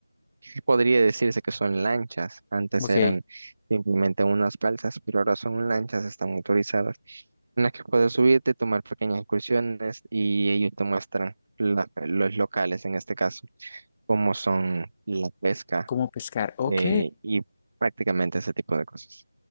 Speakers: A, on the right; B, on the left.
A: que podría decirse que son lanchas. Antes
B: Ok,
A: eran simplemente unas balsas, pero ahora son lanchas, están motorizadas, en las que puedes subirte, tomar pequeñas excursiones y ellos te muestran la- los locales, en este caso, cómo son la pesca
B: ¿cómo pescar? Ok.
A: eh, y prácticamente ese tipo de cosas.